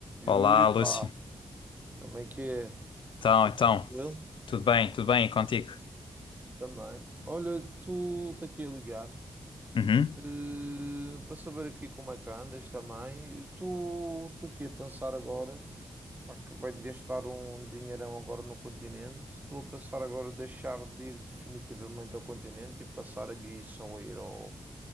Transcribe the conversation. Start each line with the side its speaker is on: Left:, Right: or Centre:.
Left: Olá,
Right: Yuri, pá,
Left: Lúcio.
Right: como é que é?
Left: Então,
Right: Tudo
Left: então,
Right: tranquilo?
Left: tudo bem, tudo bem e contigo?
Right: Também. Olha, tu está aqui a ligar,
Left: Uhum.
Right: eh, para saber aqui como é que andas também. Tu estou aqui a pensar agora, pá, acabei de gastar um dinheirão agora no continente. Estou a pensar agora deixar de ir definitivamente ao continente e passar aqui só a ir ao,